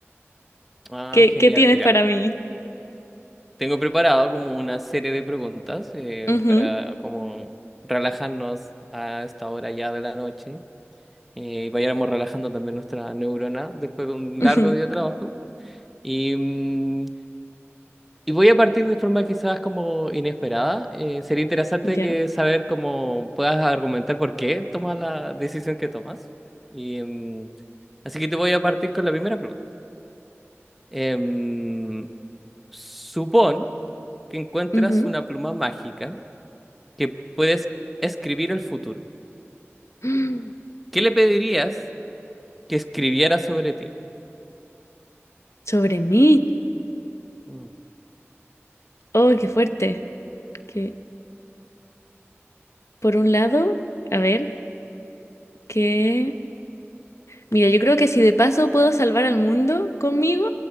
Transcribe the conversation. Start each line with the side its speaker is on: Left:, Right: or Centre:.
Centre: Ah,
Left: ¿Qué,
Centre: genial.
Left: qué tienes
Centre: Mira,
Left: para mí?
Centre: tengo preparado como una serie de preguntas eh,
Left: Ujú,
Centre: para como relajarnos a esta hora ya de la noche eh, y vayamos relajando también nuestra neurona después de un
Left: ujú,
Centre: largo día de trabajo. y mm, Y voy a partir de forma quizás como inesperada. Eh, sería interesante
Left: ya,
Centre: que saber cómo puedas argumentar por qué tomas la decisión que tomas. Y, em, así que te voy a partir con la primera pregunta. Em, supón que encuentras
Left: ujú.
Centre: una pluma mágica que puedes escribir el futuro.
Left: Mm,
Centre: ¿Qué le pedirías que escribiera sobre ti?
Left: Sobre mí.
Centre: Mm.
Left: Oh, qué fuerte. Que por un lado, a ver, que mira, yo creo que si de paso puedo salvar al mundo conmigo,